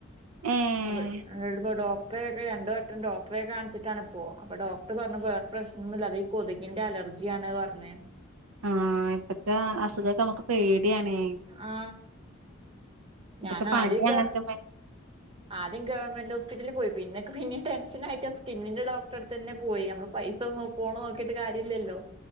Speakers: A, on the right (about 80°); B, on the right (about 25°).
A: ഏഹ്
B: <unintelligible> പ്പായൊക്കെ രണ്ട് വെട്ടംഡോക്ടറെ കാണിച്ചിട്ടാണ്പ്പോ അപ്പോഡോക്ർ പറഞ്ഞു വേറെപ്രശ്നൊന്നുല്ല അതെയ് കൊതുകിന്റെ അലർജിയാണ് പറഞ്ഞ്
A: ആഹ് ഇപ്പത്തെ അസുകൊക്കെ അമ്മക്ക് പേടിയാണേ
B: ആ
A: ഇപ്പത്തെ
B: ഞാനാ
A: പനി
B: തിയ്റ്റാ
A: അങ്ങനത്തെ പനി
B: ആദ്യംഗവൺമെന്റ് ഹോസ്പിറ്റലിൽ പോയി പിന്നെക്ക് പിന്നിം ടെൻഷൻായിയിട്ട് സ്കിന്നിന്റെ ഡോക്ടറെട്തെന്നെപോയി ഞമ്മൾ പൈസ നോക്കി പോണ്ത് നോക്കിട്ട്കാര്യല്ലല്ലോ